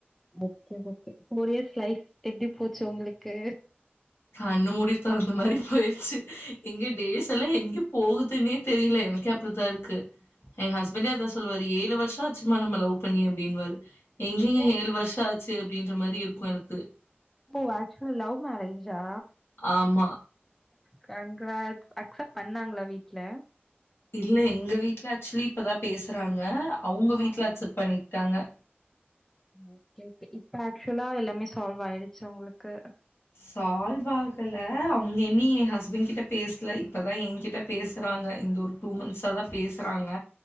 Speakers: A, in the centre; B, on the left (about 85°).
A: okay okay four years life எப்படி போச்சு உங்களுக்கு
B: கண்ணு மூடி தொறந்த மாரி போயிர்ச்சு எங்க டேஸ் எல்லா எங் <unintelligible> போகுதுனே தெரியல எனக்கே அபுத்தா இருக்கு எங்க ஹஸ்பண்டே அதா சொல்லுவாரு ஏழு வருஷ ஆச்சும்மா நம்ம லவ் பண்ணி அப்டின்னுவாரு எங்கிங்கே
A: ஓ
B: எளு வர்ஷ ஆ சு அப்டின்ற மாரி இருக்கோ எனக்கு
A: ஓ ஆக்சவலி லவ் மேரேஜ்ஜா
B: ஆமா
A: கங்ராட்ஸ் அக்சப் பண்ணாங்களா வீட்ல
B: இல்ல எங்க வீட்ல ஆக்சுவலி இப்பதா பேசுறாங்க அவங்க வீட்ல
A: ஆ
B: அக்சப் பண்ணி தாங்கா
A: ஓகே ஓகே இப்ப ஆக்சுவலா எல்லாமே சால்வ் ஆயிடுச்சு அவங்ளுக்கு
B: சால்வாகல அவங்க என்னி ஹஸ்பண்ட் கிட்ட பேசல இப்பதா என்கிட்ட பேசுறாங்க இந்து ஒரு டூ மந்த்ஸா தா பேசுறாங்க